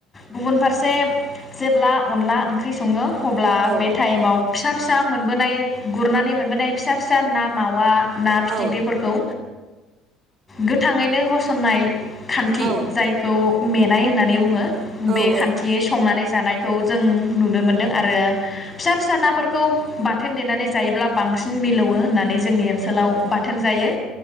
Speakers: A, on the left (about 25°); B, on the right (about 45°).
A: गुबुन फारसे से जेब्ला अनला ओंख्रि सङो। अब्ला
B: औ
A: बे टाइमाव फिसा फिसा मोनबोनाय गुरनानै मोनबोनाय फिसा फिसा ना मावा। ना फिथिख्रिफोरखौ।
B: औ
A: गोथाङैनो होसननाय खान्थि
B: औ
A: जायखौ मेनाय होननानै बुङो।
B: औ
A: बे
B: औ
A: खान्थि संनानै जानायखौ जों नुनो मोनदों आरो फिसा फिसा नाफोरखौ बाथोन देनानै जायोब्ला बांसिन मिलौवो होननानै जोंनि ओनसोलाव बाथोन जायो।